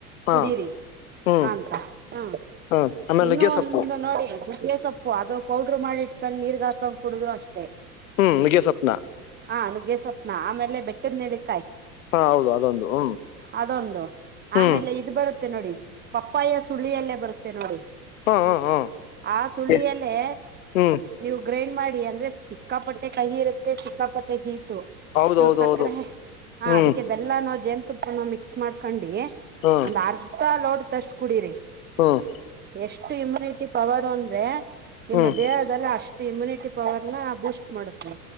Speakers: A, on the left; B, on the right.
A: ಹಾ
B: ಕುಡೀರಿ
A: ಹ್ಮ್
B: ಅಂತ ಹ
A: ಹ್ಮ್ ಆಮೇಲೆ
B: ಇನ್ನು
A: ನುಗ್ಗೆ
B: ಒಂದು
A: ಸೊಪ್ಪು
B: ನೋಡಿ ಜಿಕ್ಕರೆ ಸೊಪ್ಪು ಅದು ಪೌಡ್ರ ಮಾಡಿ ಇಟ್ಕೊಂಡು ನೀರ್ಗ್ ಹಾಕೊಂಡ್ ಕುಡುದ್ರು ಅಷ್ಟೇ.
A: ಹ್ಮ್ ನುಗ್ಗೆ ಸ್ವಪ್ನ
B: ಹಾ ನುಗ್ಗೆ ಸ್ವಪ್ನಾ ಆಮೇಲೆ ಬೆಟ್ಟದನೆಲ್ಲಿಕಾಯಿ
A: ಹಾ ಹೌದು ಅದೊಂದು ಹ್ಮ್
B: ಅದೊಂದು
A: ಹ್ಮ್
B: ಆಮೇ ಇದ್ ಬರುತ್ತೆ ನೋಡಿ ಪಪ್ಪಾಯ ಸುಳ್ಳಿಯಲ್ಲೇ ಬರುತ್ತೆ ನೋಡಿ
A: ಹ್ಮ ಹ್ಮ್
B: ಆ ಸುಳ್ಳಿಯಲ್ಲೇ
A: ಹ್ಮ್ ಹ್ಮ್
B: ನೀವು ಗ್ರೈಂಡ್ ಮಾಡಿ ಅಂದ್ರೆ ಸಿಕ್ಕಾಪಟ್ಟೆ ಕಹಿ ಇರುತ್ತೆ ಸಿಕ್ಕಾಪಟ್ಟೆ ಹೀಟು.
A: ಹೌದೌದೌದು
B: ಚೂರ್ ಸಕ್ಕರೆ ಹಾ ಆ
A: ಹ್ಮ್
B: ಅದಕ್ಕೆ ಬೆಲ್ಲನೋ ಜೇನ್ತುಪ್ಪನೋ ಮಿಕ್ಸ್ ಮಾಡ್ಕೊಂಡಿ
A: ಹ್ಮ್
B: ಒಂದ್ ಅರ್ಧ ಲೋಟ್ದಷ್ಟ್ ಕುಡೀರಿ.
A: ಹ್ಮ್
B: ಎಷ್ಟು ಇಮ್ಯುನಿಟಿ ಪವರ್ ಅಂದ್ರೆ ನಿಮ್ಮ
A: ಹ್ಮ್
B: ದೇಹದಲ್ಲಿ ಅಷ್ಟ ಇಮ್ಯುನಿಟಿ ಪವರ್ ನ ಬೂಸ್ಟ್ ಮಾಡುತ್ತೆ.